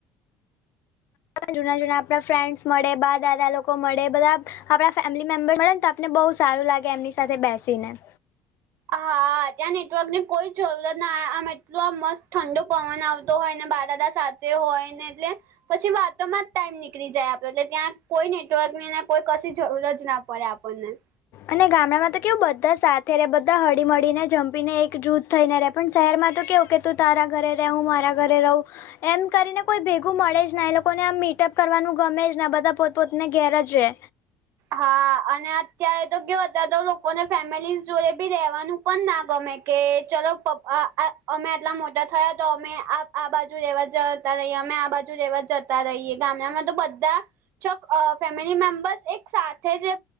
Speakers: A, on the left; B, on the right.
A: જૂના જૂના આપડા ફ્રેન્ડ્સ મળે બા દાદા લોકો મળે બધા આપડા ફેમિલી મેમ્બર મળે તો આપને બોવ સારું લાગે એમની સાથે બેસીને.
B: હા ત્યાં નેટવર્ક ની કોઈ જરૂરતના આમ એટલો આ મસ્ત ઠંડો પવન આવતો હોય ને બારાદ સાથે હોય ને એટલે પછી વાતોમાં જ ટાઈમ નીકળી જાય આપડ એટલે ત્યાં કોઈ નેટવર્ક ને કોઈ ક જરૂર જ ના પડે. <inaudible>
A: અને ગામડામાં તો કેવું બધા સાથે રે બધા હળીમળીને જમપીને એક જૂથ થઈને પણ શહેરમાં તો કેવું કે તું તારા ઘરે રહે હું મારા ઘરે રહું એમ કરીને કોઈ ભેગું મળે જ ને એ લોકોને આમ મીટઅપ કરવાનું ગમે જ બધા પોતા પોતના ઘેર જ રે.
B: હા અને અત્યારે તો કેવા દાદા લોકોને તો ફેમિલી જોડે રેવાનું પણ ના ગમે કે ચલો પપ્પા અમે આટલા મોટા થયા તો અમે આ આ બાજુ લેવા જતા રહીએ અમે આ બાજુ લેવા જતા રહીએ ગામડામાં તો બધા ચપ અ ફેમિલી મેમ્બર્સ એક સાથે જે